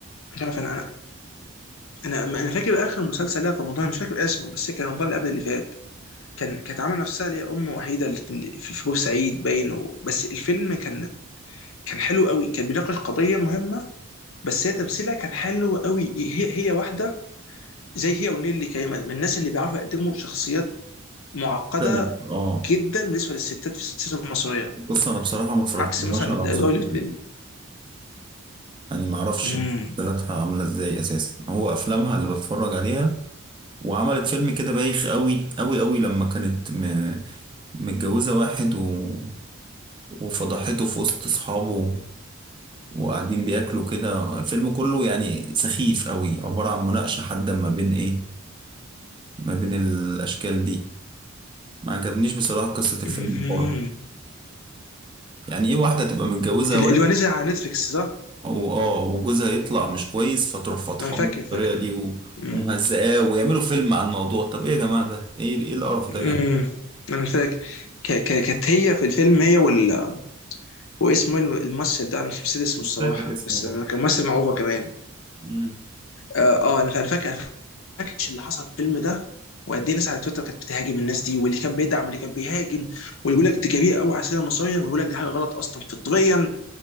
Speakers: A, on the left; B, on the right.
A: مش عارف انا انا انا انا فاكر اخر مسلسل لها في رمضان مش فاكر اسمه بس كان رمضان اللي قبل اللي فات كان كانت عامله نفسها اللي هي ام وحيده اللي في في بورسعيد باين و- بس الفيلم كان كان حلو قوي كان بيناقش قضيه مهمه بس هي تمثيلها كان حلو قوي هي هي واحده زي هي ونيلي كريمه من الناس اللي بيعرفوا يقدموا شخصيات معقده
B: طيب آه
A: جدا بالنسبه للستات في السينما المصريه
B: بص أنا بصراحة ما اتفرجتش
A: عكس مثلا
B: على
A: الادوار
B: مسلسلات
A: اللي بت...
B: يعني ما أعرفش
A: مم.
B: مسلسلاتها عاملة إزاي أساسا هو أفلامها اللي بتفرج عليها وعملت فيلم كده بايخ أوي أوي أوي لما كانت م... متجوزة واحد و... وفضحته في وسط أصحابه وقاعدين بياكلوا كده الفيلم كله يعني سخيف أوي عبارة عن مناقشة حادة ما بين إيه ما بين الأشكال دي ما عجبنيش بصراحة قصة الفيلم
A: مهم.
B: خالص يعني ايه واحدة تبقى متجوزة
A: اللي
B: واحد
A: اللي هو نزل على نتفليكس صح؟
B: واه وجوزها يطلع مش كويس فتروح فاتحاه
A: انا فاكر
B: بالطريقة
A: فاكر
B: دي و-
A: مم.
B: ومهزقاه ويعملوا فيلم عن الموضوع طب ايه يا جماعة ده ايه ايه القرف
A: مم.
B: ده يعني
A: انا فاكر ك- ك- كانت هي في الفيلم هي وال واسمه إيه الم- الممثل ده أنا مش نسيت اسمه الصراحه
B: فاكر اسمه
A: بس
B: برضه
A: أنا كان ممثل مع اوفا كمان
B: مم.
A: اه آه، انا فاكر أنا فاكر اللي حصل في الفيلم ده وقد ايه الناس على تويتر كانت بتهاجم الناس دي واللي كان بيدعم واللي كان بيهاجم واللي بيقول لك دي كبيره قوي على السينما المصريه ويقول لك دي حاجه غلط اصلا فطريا